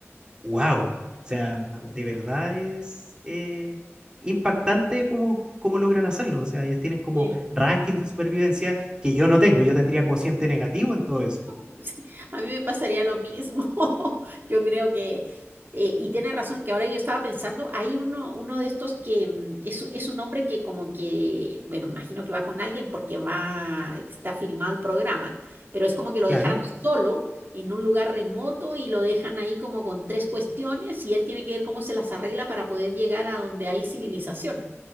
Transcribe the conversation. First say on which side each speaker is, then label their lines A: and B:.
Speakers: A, on the right; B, on the right.
A: wow, o sea, de verdad es eh, impactante cómo cómo logran hacerlo, o sea, ellos tienen como
B: Oye,
A: rankings de supervivencia que yo no tengo, yo tendría cociente negativo en todo eso,
B: <laughs> sí, a mí me pasaría lo mismo. <laughs> Yo creo que, eh, y tiene razón, que ahora yo estaba pensando, hay uno, uno de estos que mm, es, es un hombre que como que, bueno, imagino que va con alguien porque va, está filmado el programa, pero es como que lo
A: claro.
B: dejaran solo en un lugar remoto y lo dejan ahí como con tres cuestiones y él tiene que ver cómo se las arregla para poder llegar a donde hay civilización.